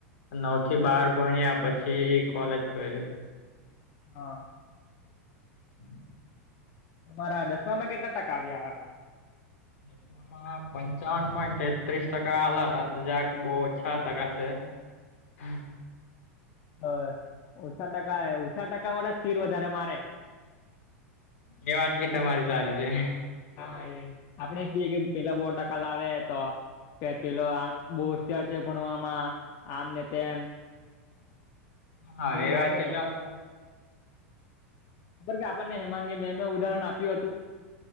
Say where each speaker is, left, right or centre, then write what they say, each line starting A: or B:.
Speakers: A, on the left (about 75°); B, on the left (about 50°).
A: નવ થી બાર ભણ્યા પછી કોલેજ કર્યું
B: હા.
A: <inaudible>
B: તમારા દસમામાં કેટલા ટકા આવ્યા હતા.
A: <inaudible> હ પંચાવન પોઈન્ટ તેત્રીસ ટકા આલા હતા તો જક બહ છ ટકા છે. <inaudible>
B: હ ઓછા ટકા ઓછા ટકા વળે તીર વધારે મારે
A: એ વાત બી તમારી સારી છે.
B: હા એ આપડે ક કે પેલા બો ટકા લાવે તો કે પેલો આ બહુ હોશિયાર છે, ભણવામાં આમ ને તેમ
A: હા
B: પણ એવું
A: એ વાત
B: લાગે
A: ભી તો
B: ખ કે આપણને હેમાંંગી મે મે ઉદાહરણ આપ્યું હતું.